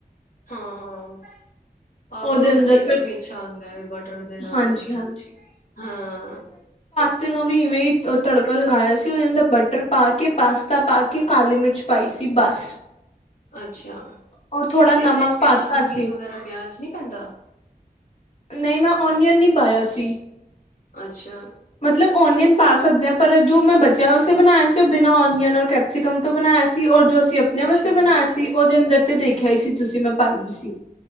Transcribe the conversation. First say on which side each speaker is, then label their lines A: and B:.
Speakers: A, on the left; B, on the left.
A: ਹਾਂ-ਹਾਂ, ਆਹ
B: ਉਹਦੇ
A: ਫਿਰ ਉਹਦਾ
B: ਅੰਦਰ
A: ਟੇਸਟ
B: ਫਿਰ
A: ਵੀ ਅੱਛਾ ਆਦਾ ਬਟਰ ਦੇ ਨਾਲ
B: ਹਾਂਜੀ ਹਾਂਜੀ
A: ਹਾਂ।
B: ਉਸ ਦਿਨ ਉਹ ਵੀ ਇਵੇਂ ਹੀ ਤੜਕਾ ਲਗਾਇਆ ਸੀ ਉਹਦੇ ਅੰਦਰ ਬਟਰ ਪਾ ਕੇ ਪਾਸਤਾ ਪਾ ਕੇ ਕਾਲੀ ਮਿਰਚ ਪਾਈ ਸੀ ਬਸ
A: ਅੱਛਾ
B: ਔਰ ਥੋੜਾ ਨਮਕ
A: ਤੇ ਇਹਦੇ ਚ ਪਿਆ
B: ਪਾਤਾ
A: ਓਨੀਅਨ
B: ਸੀ
A: ਵਗੈਰਾ ਪਿਆਜ ਨੀ ਪੈਂਦਾ।
B: ਨਹੀਂ ਮੈਂ ਓਨੀਅਨ ਨਹੀਂ ਪਾਇਆ ਸੀ।
A: ਅੱਛਾ,
B: ਮਤਲਬ ਓਨੀਅਨ ਪਾ ਸਕਦੇ ਹਾਂ ਪਰ ਜੋ ਮੈਂ ਬਚਿਆ ਵਾਸਤੇ ਬਣਾਇਆ ਸੀ ਉਹ ਬਿਨਾਂ ਓਨੀਅਨ ਔਰ ਕੈ ਸਿਕਮ ਤੋਂ ਬਣਾਇਆ ਸੀ ਔਰ ਜੋ ਅਸੀਂ ਆਪਣੇ
A: ਅੱਛਾ
B: ਵਾਸਤੇ ਬਣਾਇਆ ਸੀ ਉਹਦੇ ਅੰਦਰ ਤੇ ਦੇਖ। ਖਿਆ ਹੀ ਸੀ ਤੁਸੀਂ ਮੈਂ ਪਾਈ ਗਈ ਸੀ।